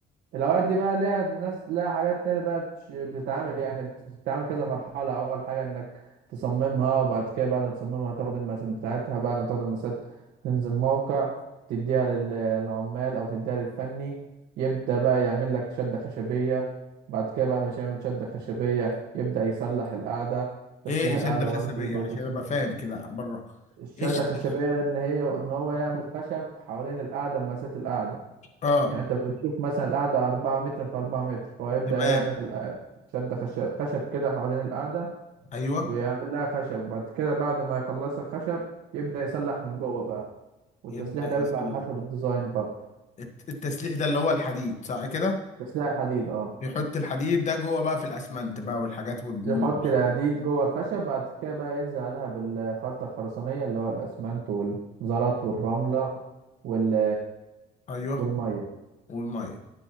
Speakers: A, on the right; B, on the left.
A: الاوقات دي بقى ليها ناس لها حاجات تانية بقى بتش- بتتعامل يعني بتتعامل كذا مرحلة اول حاجة انك تصممها وبعد كده بعد ما تصممها تاخد المقاسات بتاعتها بعد ما تاخد المقاسات تنزل موقع تديها لل- للعمال او تديها للفني يبدأ بقى يعمل لك شدة خشبية بعد كده بعد ما يعمل شدة خشبية يبدأ يصلح القعدة تصليح
B: ايه
A: القعدة
B: شدة خشبية
A: برضه بيبقى
B: عشان
A: له تصميم
B: ابقى فاهم كده بره
A: الشدة
B: ايه الشدة
A: الخشبية
B: الخشبية؟
A: ان هي ان هو يعمل خشب حوالين القعدة مسات القعدة
B: اه
A: يعني انت بتشوف مثلا القعدة أربعة متر في أربعة متر فهو يبدأ
B: تمام
A: يعمل آه، شد خشب خشب كده حوالين القعدة
B: ايوه
A: ويعمل لها خشب وبعد كده بعد ما يخلص الخشب يبدأ يسلح من جوه بقى والتسليح
B: يبدأ
A: ده
B: يسلم
A: بيبقى على حسب الديزاين برضه
B: الت- التسليح ده اللي هو الحديد صح كده
A: تسليح الحديد اه
B: بيحط الحديد ده جوه بقى في الاسمنت بقى والحاجات والمونة
A: يحط
B: والخرق
A: الحديد جوه الخشب بعد كده بقى ينزل عليها بالخرطة الخرسانية اللي هو الأسمنت والزلط والرملة وال
B: ايوه
A: والمية
B: والميه